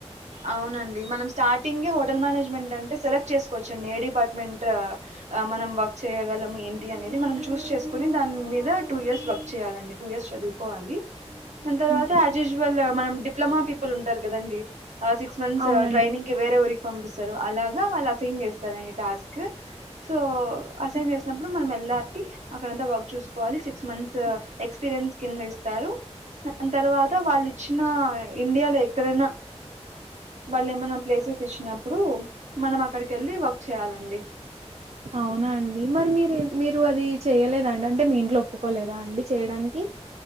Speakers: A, on the right (about 90°); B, on the right (about 70°).
A: అవునండి మనం స్టార్టింగ్ హోటల్ మేనేజ్మెంట్ అంటే సెలెక్ట్ చేసుకోవచ్చండి ఏ డిపార్ట్మెంట్ మనం వర్క్ చేయ్యగలము ఏంటి అనేది మనం చూస్ చేసుకుని దాని మీద టూ ఇయర్స్ వర్క్ చేయాలండి టూ ఇయర్స్ చదువు కోవాలి దాని తర్వాత
B: హ్మ్.
A: యాజ్ యూజ్వల్ మనం డిప్లొమా పీపుల్ ఉంటారు కదండి. ఆ సిక్స్ మంత్స్
B: అవునండి
A: ట్రైనింగ్ వేరే ఉరి పంపిస్తారు అలాగా వాళ్ళు అసైన్ చేస్తారండి. టాస్క్ సో అసైన్ చేస్ ఏప్పుడు మనం యెళ్ళాలి. అక్కడంత వర్క్ చూసుకోవాలి. సిక్స్ మంత్స్ ఎక్స్పీరియన్స్ కింద ఇస్తారు. దాని తర్వాత వాళ్ళు ఇచ్చిన ఇండియాలో ఎక్కడైనా వాళ్ళు ఏమన్నా ప్లేసెస్ ఇచ్చినప్పుడు మనం అక్కడికి వెళ్ళి వర్క్ చేయాలండి
B: అవునా అండి మరి మీరే మీరు అది చేయ్యలేదా అండి అంటే మీ ఇంట్లో ఒప్పుకోలేదా అండి చేయడానికి